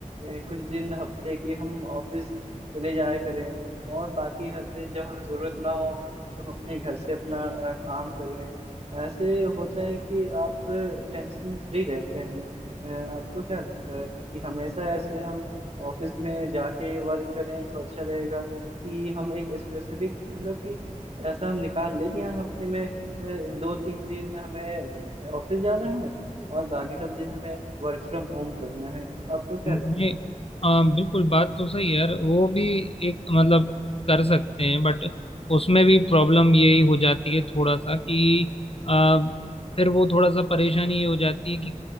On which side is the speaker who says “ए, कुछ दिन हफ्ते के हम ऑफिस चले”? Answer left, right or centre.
Right